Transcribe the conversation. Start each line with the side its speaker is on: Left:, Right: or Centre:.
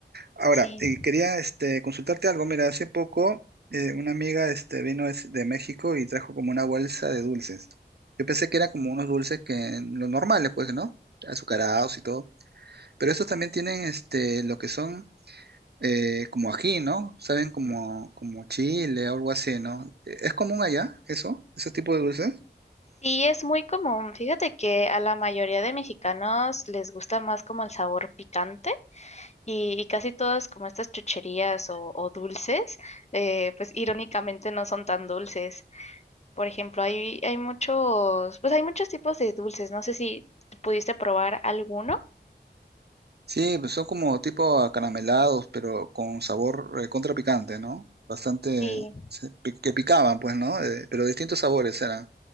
Right: Ahora,
Left: Sí.
Right: eh, quería este, consultarte algo. Mira, hace poco eh, una amiga este, vino es- de México y trajo como una bolsa de dulces. Yo pensé que eran como unos dulces que los normales, pues, ¿no? Azucarados y todo. Pero estos también tienen este, lo que son eh, como ají, ¿no? Saben como, como chile o algo así, ¿no? ¿Es común allá eso? ¿Esos tipos de dulces?
Left: Sí, es muy común. Fíjate que a la mayoría de mexicanos les gusta más como el sabor picante y, y casi todas como estas chucherías o, o dulces, eh, pues irónicamente no son tan dulces. Por ejemplo, hay, hay muchos, pues hay muchos tipos de dulces. No sé si pudiste probar alguno.
Right: Sí, pues son como tipo acaramelados, pero con sabor eh, contra picante, ¿no? Bastante
Left: Sí,
Right: se- pi- que picaban, pues, ¿no? Eh, pero distintos sabores eran.